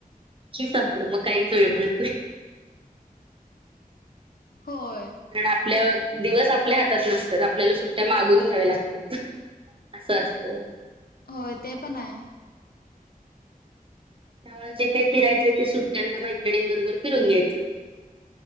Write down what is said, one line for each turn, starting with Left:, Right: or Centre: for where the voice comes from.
Right: कि संपलं मग काहीच वेळ ममीळत न्हाय.
Left: होय
Right: कारण आपल्या दिवस आपल्या हात तात नतात आपल्याला सुट्ट्या मागून घ्याव्या लागतात असं असत.
Left: होय ते पण आहे.
Right: त्यामुळे जे काही फिरायचं ते सुट्ट्यांना मैत्रिणींबरोबर फिरून घ्यायचं.